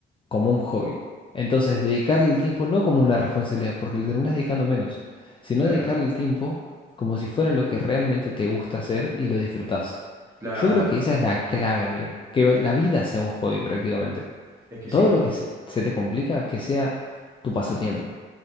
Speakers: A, on the left; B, on the right.
A: como un hobby. Entonces, dedicarle el tiempo no como una responsabilidad, porque le terminas dedicando menos, sino
B: Claro,
A: dedicarle el tiempo como si fuera lo que realmente te gusta hacer y lo disfrutás.
B: claro,
A: Yo creo que esa es la clave, amigo. Que la vida sea un hobby prácticamente.
B: es que sí,
A: Todo lo que se, se te complica, que sea tu pasatiempo.